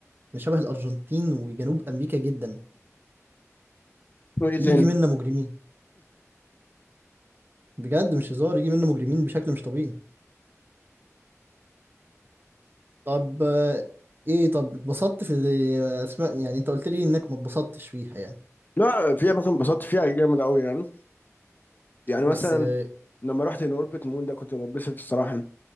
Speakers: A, on the right; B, on the left.
A: احنا شبه الارجنتين وجنوب امريكا جدا
B: وايه
A: يجي
B: تاني
A: منا مجرمين بجد مش هزار يجي منا مجرمين بشكل مش طبيعي طب آه، ايه طب اتبسطت في اسماء يعني انت قلت لي انك ما اتبسطتش فيها يعني
B: لا في اماكن انبسطت فيها جامد قوي يعني يعني مثلا
A: بس آه،
B: لما رحت ان اوربت مول ده كنت بتبسط الصراحة